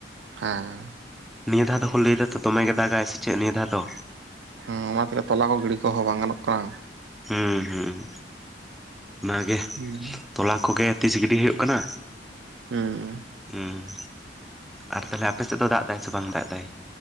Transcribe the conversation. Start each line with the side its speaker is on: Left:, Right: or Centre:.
Right: ᱦᱮᱸ
Centre: ᱱᱤᱭᱟᱹ ᱫᱷᱟᱣ ᱫᱚᱠᱚ ᱞᱟᱹᱭ ᱮᱫᱟᱛᱚ ᱫᱚᱢᱮᱜᱮ ᱜᱮ ᱫᱟᱜᱟᱭ ᱥᱮ ᱪᱮᱫ ᱱᱤᱭᱟᱹ ᱫᱷᱟᱣ ᱫᱚ᱾
Right: ᱦᱩᱸ ᱚᱱᱟ ᱛᱮᱜᱮ ᱛᱚᱞᱟ ᱠᱚ ᱜᱤᱲᱤ ᱠᱚᱦᱚᱸ ᱵᱟᱝ ᱜᱟᱱᱚᱜ ᱠᱟᱱᱟ᱾
Centre: ᱦᱩᱸ ᱦᱩᱸ ᱚᱱᱟᱜᱮ
Right: ᱦᱩᱸ
Centre: ᱛᱚᱞᱟ ᱠᱚᱜᱮ ᱛᱤᱥ ᱜᱤᱰᱤ ᱦᱩᱭᱩᱜ ᱠᱟᱱᱟ᱾
Right: ᱦᱩᱸᱻ
Centre: ᱦᱩᱸ ᱟᱨ ᱛᱟᱦᱞᱮ ᱟᱯᱮ ᱥᱮᱫ ᱫᱚ ᱫᱟᱜ ᱮᱫᱟᱭ ᱥᱮ ᱵᱟᱝ ᱫᱟᱜ ᱮᱫᱟᱭ?